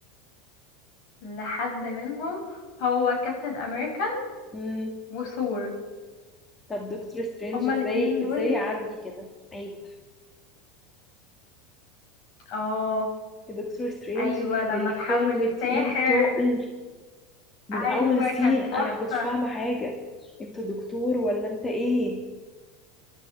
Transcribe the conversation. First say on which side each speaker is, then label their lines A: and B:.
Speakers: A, on the left; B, on the left.
A: لحد منهم هو كابتن امريكان
B: مم.
A: وثور
B: طب دكتور سترينج
A: هما
B: ازاي
A: الاتنين دول
B: ازاي يعدي كده عيب
A: اه
B: دكتور سترينج
A: ايوه
B: كان
A: لما
B: الفيلم
A: تحول لساحر
B: تقيل تقل من
A: ايوه
B: أول سين
A: كان
B: أنا
A: تحفه
B: مكنتش فاهمة حاجة انت دكتور ولا انت ايه